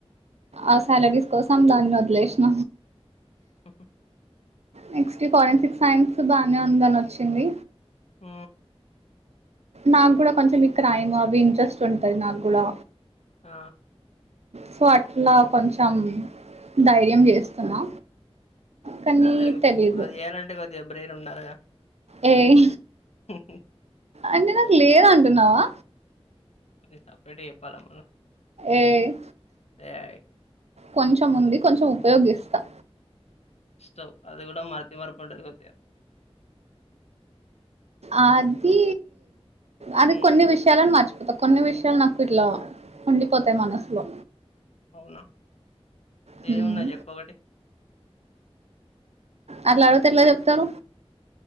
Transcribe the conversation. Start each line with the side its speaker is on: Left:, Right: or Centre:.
Right: ఆ సాలరీస్ కోసం దాన్ని వదిలేసిన
Left: హహ
Right: నెక్స్ట్ ఫోరెన్సిక్ సైన్స్ బానే ఉందని వచ్చింది
Left: ఆ
Right: నాకు కూడా కొంచెం మీ క్రైమ్ అవి ఇంట్రెస్ట్ ఉంటది నాగుడా
Left: ఆ
Right: సో అట్లా కొంచెం ధైర్యం చేస్తున్నా కానీ
Left: దానికి
Right: తెలీదు
Left: అది చేయలంటే కొద్దిగా బ్రెయిన్ ఉండాలిగా
Right: ఏ
Left: హహ్మ్
Right: అంటే నాకు లేద్అంటున్నావా
Left: అది సపరేట్గ చెప్పాలమా
Right: ఏ
Left: యై
Right: కొంచెం ఉంది కొంచెం ఉపయోగిస్తా
Left: స్టవ్ అది కూడా మతిమర్పు ఉంటాదికొద్దిగా
Right: అది అది
Left: హ్మ్.
Right: కొన్ని విషయాలను మర్చిపోతాం కొన్ని విషయాలు నాకు ఇట్లా ఉండిపోతాయి మనసులో
Left: అవునా
Right: హ్మ్.
Left: ఏమున్నాయి చెప్పు ఒకటి
Right: అట్లా అడుగుతే ఎట్ల చెప్తారు